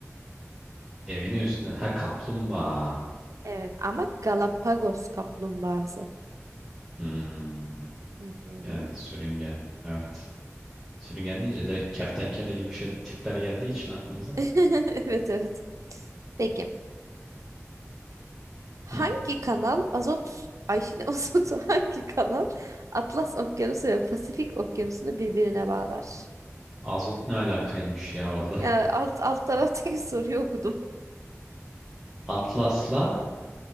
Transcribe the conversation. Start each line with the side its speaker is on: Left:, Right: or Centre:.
Centre: Evinin üstünde. Ha kaplumbağa.
Right: Evet ama Galapagos kaplumbağası.
Centre: Hmm,
Right: Hı hı.
Centre: yani sürüngen. Evet. Sürüngen deyince direkt kertenkele gibi şey tipler geldiği için aklımıza.
Right: <laughs> Evet evet. Peki.
Centre: Hmm,
Right: Hangi kanal azot Ay ne azotu <laughs> hangi kanal Atlas Okyanusu ve Pasifik Okyanusu'nu birbirine bağlar?
Centre: azot ne alakaymış ya orada.
Right: Ya
Centre: <laughs>
Right: alt alt taraftaki <laughs> soruyu okudum.
Centre: Atlas'la